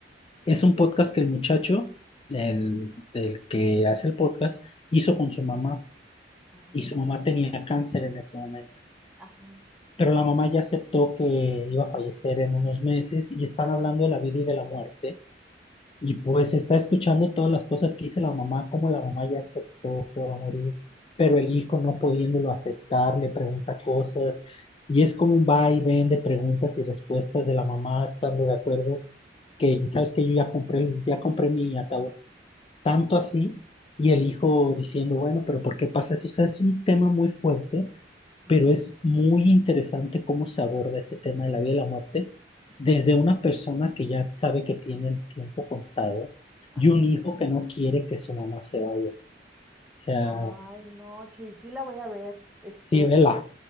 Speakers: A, on the left; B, in the centre.
A: Es un podcast que el muchacho, el, el que hace el podcast, hizo con su mamá
B: Ajá,
A: y su mamá tenía cáncer en ese momento.
B: ajá.
A: Pero la mamá ya aceptó que iba a fallecer en unos meses y están hablando de la vida y de la muerte. Y pues está escuchando todas las cosas que dice la mamá, como la mamá ya aceptó que va a morir, pero el hijo no pudiéndolo aceptar, le pregunta cosas y es como un va y ven de preguntas y respuestas de la mamá estando de acuerdo que sabes que yo ya compré, ya compré mi ataúd tanto así, y el hijo diciendo, bueno, pero ¿por qué pasa eso? O sea, es un tema muy fuerte,
B: Ajá.
A: pero es muy interesante cómo se aborda ese tema de la vida y la muerte desde una persona que ya sabe que tiene el tiempo contado
B: Ajá.
A: y un hijo que no quiere que su mamá se vaya. O sea,
B: Ay, no, Chuy, sí la voy a ver. Este,
A: sí, vela,